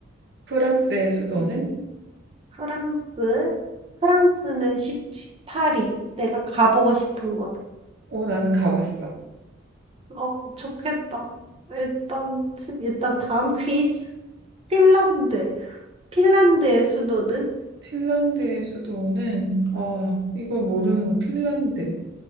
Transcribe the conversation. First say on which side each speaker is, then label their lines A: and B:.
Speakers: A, on the right; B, on the right.
A: 프랑스의 수도는
B: 이제 프랑스. 프랑스는 쉽지. 파리. 내가 가보고 싶은 곳.
A: 오, 나는 가봤어.
B: 어, 좋겠다. 일단, 일단 다음 퀴즈. 핀란드. 핀란드의 수도는?
A: 핀란드의 수도는 아 이거 모르는 거 핀란드